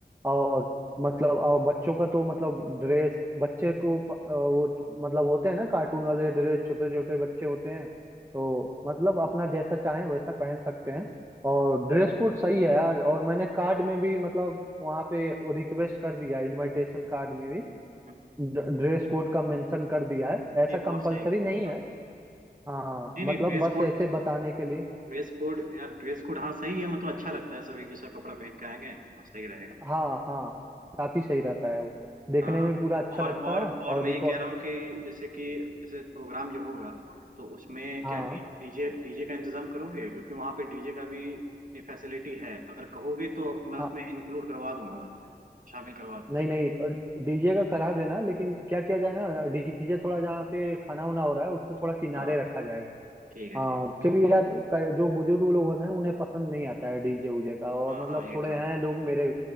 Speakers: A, on the right; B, on the right.
A: और मतलब और बच्चों का तो मतलब ड्रेस बच्चे को प- अ, वो च- मतलब होते हैं ना कार्टून वाले ड्रेस छोटे छोटे बच्चे होते हैं तो मतलब अपना जैसा चाहें वैसा पहन सकते हैं और ड्रेस कोड सही है यार और मैंने कार्ड में भी मतलब वहाँ पे वो रिक्वेस्ट कर दिया है इनविटेशन कार्ड में भी
B: हाँ।
A: ड्रेस कोड का मेंशन कर दिया है ऐसा
B: नहीं बहुत
A: कंपलसरी
B: सही है
A: नहीं
B: हाँ।
A: है हाँ
B: नहीं नहीं
A: मतलब
B: ड्रेस
A: बस
B: कोड
A: ऐसे बताने के लिए
B: ड्रेस कोड यार ड्रेस कोड हाँ सही है मतलब अच्छा लगता है सब एक जैसा कपड़ा पहन के आएंगे और सही रहेगा
A: हाँ हाँ काफी सही रहता है वो देखने
B: हाँ हाँ
A: में पूरा अच्छा
B: और
A: लगता
B: और
A: है
B: और
A: और
B: मैं
A: रिकॉर्ड
B: ये कह रहा हूँ कि जैसे कि जैसे प्रोग्राम जो होगा तो उसमें
A: हाँ
B: क्या डीजे डीजे का इंतजाम करोगे क्योंकि वहाँ पे डीजे का भी फैसिलिटी है अगर कहोगे तो मैं
A: हाँ
B: उसमें इंक्लूड करवा दूंगा उसमें शामिल करवा दूंगा
A: नहीं नहीं और डीजे का करा देना लेकिन क्या किया जाए ना डीजे थोड़ा जहाँ पे खाना वाना हो रहा है उससे थोड़ा किनारे
B: हाँ
A: रखा जाएगा
B: ठीक है
A: हाँ
B: ठीक है
A: क्योंकि यार का- जो बुजुर्ग लोग हैं उन्हें पसंद नहीं आता है डीजे उजे का और
B: हाँ
A: मतलब
B: हाँ ये
A: थोड़े
B: तो है
A: हैं लोग मेरे